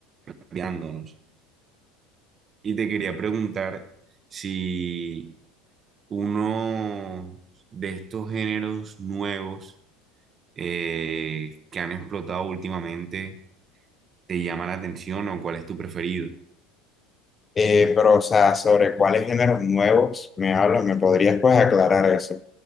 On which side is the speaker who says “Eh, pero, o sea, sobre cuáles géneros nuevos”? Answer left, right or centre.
Left